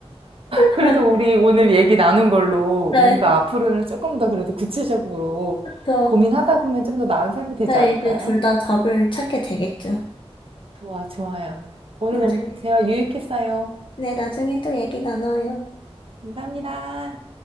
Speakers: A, on the left; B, on the right.
A: <laughs>
B: 그래도 우리 오늘 얘기 나눈 걸로
A: 네,
B: 뭔가 앞으로는 조금 더 그래도 구체적으로
A: 그쵸.
B: 고민하다 보면 좀 더 나은 삶이 되지
A: 네,
B: 않을까요?
A: 이제 둘 다 답을 찾게 되겠죠.
B: 좋아, 좋아요. 오늘
A: 나중에.
B: 너무 대화 유익했어요.
A: 네, 나중에 또 얘기 나눠요.
B: 감사합니다.